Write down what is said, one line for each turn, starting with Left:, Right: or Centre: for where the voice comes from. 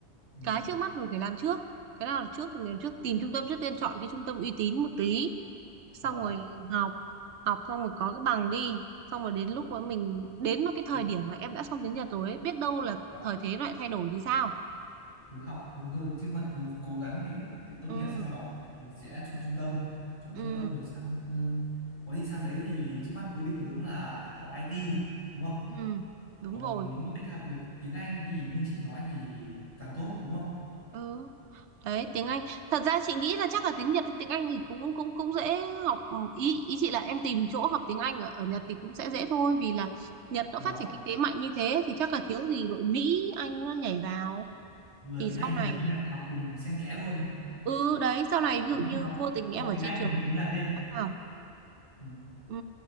Left: đúng
Right: cái
Left: rồi
Right: trước mắt mình phải làm trước cái nào là trước thì mình làm trước tìm trung tâm trước tiên chọn cái trung tâm uy tín một tí xong
Left: vâng
Right: rồi học học xong rồi có cái bằng đi xong rồi đến lúc mà mình đến một cái thời
Left: cứ-
Right: điểm mà em đã xong tiếng Nhật rồi ấy, biết đâu là
Left: vâng.
Right: thời thế lại thay đổi thì sao
Left: cứ học cứ hơi trước mắt cố cố gắng để tốt
Right: ừ
Left: nghiệp xong bắt đầu thì sẽ chọn trung tâm chọn
Right: ừ
Left: trung tâm rồi sang ừ, có gì sang đấy thì trước mắt cứ định hướng là học IT đúng không
Right: ừ đúng
Left: còn
Right: rồi
Left: nếu mà kết hợp được tiếng Anh thì như chị nói thì càng tốt đúng không
Right: ừ Đấy, tiếng Anh. Thật ra chị nghĩ là chắc là tiếng Nhật với tiếng Anh thì cũng cũng cũng dễ học. Ừ, Ý ý chị là em tìm chỗ học tiếng Anh ở, ở Nhật thì cũng sẽ dễ thôi vì là Nhật nó phát
Left: và
Right: triển kinh tế mạnh như thế thì chắc là thiếu gì đội Mỹ Anh nó nhảy vào
Left: vừa
Right: thì
Left: tiếng
Right: sau
Left: Anh
Right: này
Left: vừa tiếng Nhật học cùng xen kẽ luôn
Right: ừ đấy sau này ví dụ
Left: nhưng
Right: như
Left: học
Right: vô tình em
Left: học
Right: ở
Left: tiếng
Right: trên
Left: Anh
Right: trường
Left: bằng
Right: đại
Left: tiếng Nhật đi
Right: học sao
Left: ừ.
Right: ừ,